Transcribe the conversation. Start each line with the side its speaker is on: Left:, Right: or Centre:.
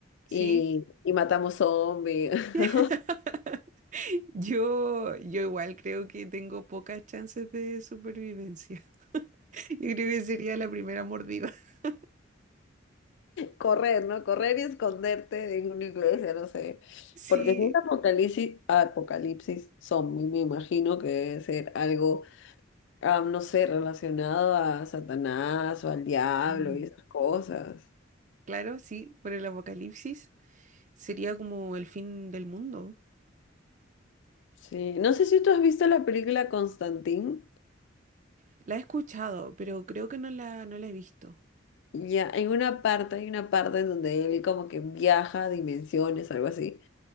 Right: sí.
Left: y, y matamos zombies.
Right: <laughs>
Left: <laughs>
Right: Yo, yo igual creo que tengo pocas chances de supervivencia. <laughs> Yo creo que sería la primera mordida. <laughs>
Left: Correr, ¿no? Correr y esconderte en una iglesia, no sé.
Right: Sí,
Left: Porque si es apocalipsis, apocalipsis zombie, me imagino que debe ser algo, ah, no sé, relacionado a Satanás o al diablo
Right: Mm.
Left: y esas cosas.
Right: claro, sí, por el apocalipsis sería como el fin del mundo.
Left: Sí. No sé si tú has visto la película Constantín.
Right: La he escuchado, pero creo que no la, no la he visto.
Left: Ya, hay una parte, hay una parte en donde él como que viaja a dimensiones, algo así.